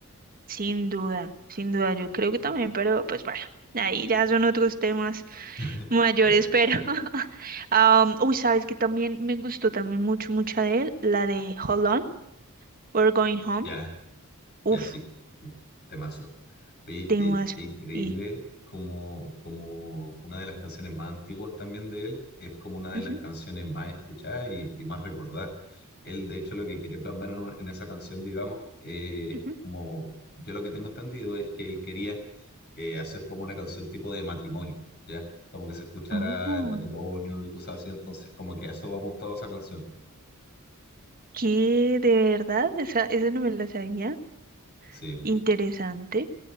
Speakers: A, on the right; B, on the left.
A: Sin duda, sin duda, yo creo que también, pero pues bueno, ahí ya son otros temas.
B: <laughs>
A: Mayor
B: Pero
A: espero. <laughs> Am, uy, sabes que también me gustó también mucho, mucha de él, la de Hold On, We're Going Home.
B: ya,
A: Uf,
B: ya sí. Temazo. Oye,
A: temas.
B: eh, es increíble
A: Y.
B: como, como una de las canciones más antiguas también de él es como una de
A: ujú,
B: las canciones más escuchadas y, y más recordadas. Él, de hecho, lo que quería plasmar en, un- en esa canción, digamos, eh, es
A: ujú.
B: como, yo lo que tengo entendido es que él quería eh, hacer como una canción tipo de matrimonio, ¿ya? Como que se escuchara
A: Oh,
B: el matrimonio y cosas así, entonces como que a eso va apuntado esa canción.
A: ¿qué? ¿De verdad? Esa, esa no me la sabía.
B: Sí,
A: Interesante.